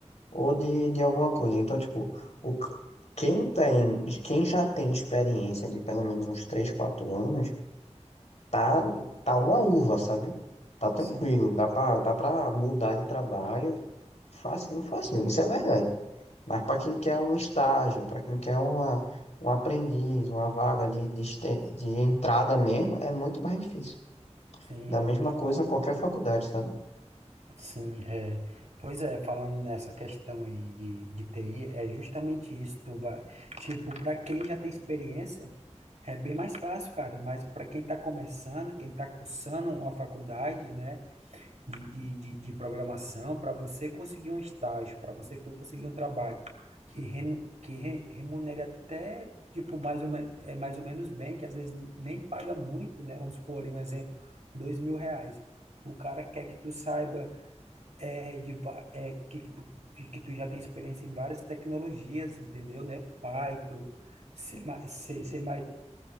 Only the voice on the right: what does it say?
Sim.
Sim,
sim,
sim.
Sim, é. Pois é, falando nessa questão aí de, de TI, é justamente isso. Tu vai, tipo, para quem já tem experiência, é bem mais fácil, cara. Mas para quem está começando, quem está cursando uma faculdade, né? de, de, de, de programação para você conseguir um estágio, para você conseguir um trabalho que, renu- que re- remunere até, tipo, mais ou, men- é mais ou menos bem, que às vezes nem paga muito, né? Vamos supor ali um exemplo, dois mil reais. O cara quer que tu saiba é, de, va- é, que, que tu, que que tu já tem experiência em várias tecnologias, entendeu, né? Python, C, ma- C, C++,